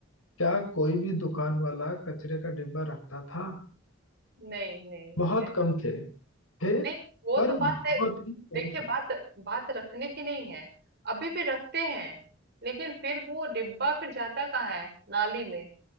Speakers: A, on the left (about 85°); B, on the right (about 50°).
A: क्या कोई भी दुकान वाला कचरे का डिब्बा रखता था
B: नहीं नहीं नहीं
A: बहुत
B: ऐसा
A: कम
B: तो
A: थे
B: कुछ-
A: थे
B: नहीं वो
A: पर
B: तो
A: बहुत
B: बात है
A: ही कम
B: देखिए
A: थे
B: बात बात रखने की नहीं है अभी भी रखते हैं लेकिन फिर वो डिब्बा फिर जाता कहाँ है नाली में